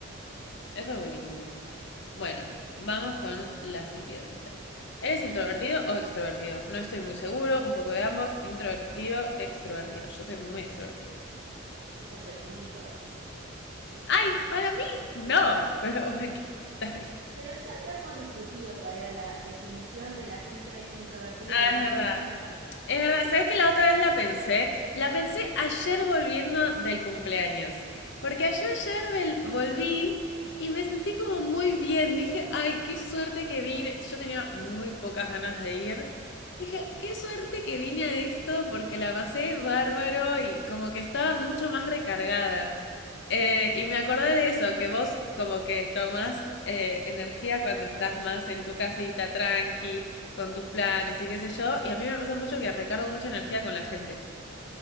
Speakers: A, on the left; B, on the right.
A: Eso es buenísimo. Bueno, vamos con la siguiente. ¿Eres introvertido o extrovertido? No estoy muy seguro, un poco de ambos, introvertido, extrovertido. Yo soy muy extrovertido.
B: Yo soy muy introvertida.
A: ¡Ay! Para mí, no, pero bueno, <laughs> está bien.
B: Pero ya habíamos discutido cuál era la definición de la gente introvertida
A: Ah,
B: y
A: es
B: extrovertida.
A: verdad. Es verdad.
B: <laughs>
A: ¿Sabes que la otra vez la pensé? La pensé ayer volviendo del cumpleaños. Porque yo ayer vel- volví y me sentí como muy bien. Dije, ay, qué suerte que vine. Yo tenía muy pocas ganas de ir. Dije, qué suerte que vine a esto porque la pasé bárbaro y como que estaba mucho más recargada. Eh, y me acordé de eso, que vos como que tomás eh, energía cuando estás más en tu casita, tranqui con tus planes y qué sé yo. Y a mí me pasa mucho que recargo mucha energía con la gente.